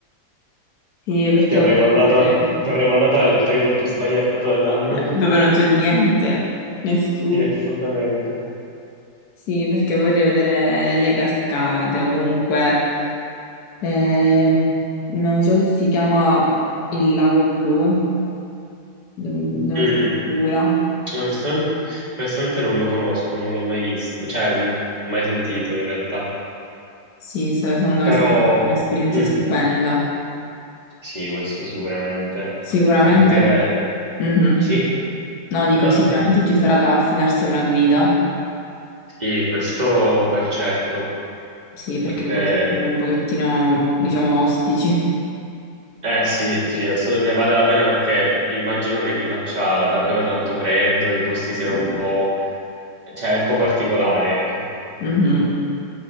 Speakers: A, on the left; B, on the right.
A: Sì, perché
B: Ti avrei mandato,
A: <laughs>
B: ti avrei mandato nel periodo più sbagliato dell'anno.
A: dove non c'è niente, nessuno.
B: <laughs> Sì, assolutamente.
A: Sì, perché vorrei vedere le cascate o comunque, ehm, non so se si chiama il Lago Blu, non non
B: Mm.
A: è sicura.
B: Onestamente, onestamente non lo conosco, non l'ho mai visto, cioè, mm, mai sentito in realtà.
A: Sì, se- secondo
B: Però,
A: me sarà un'esperienza
B: mm,
A: stupenda.
B: sì, questo sicuramente.
A: Sicuramente,
B: Perché,
A: mhm.
B: sì?
A: No, dico,
B: No,
A: sicuramente
B: no, vai.
A: ci sarà da affidarsi a una guida,
B: Sì, questo per certo.
A: sì, perché
B: Perché,
A: i posti sono un pochettino, diciamo, ostici.
B: eh sì, sì, adesso ne vale la pena perché immagino che lì faccia davvero tanto freddo, i posti siano
A: Sì,
B: un po', cioè un po' particolare, ecco.
A: Mhm.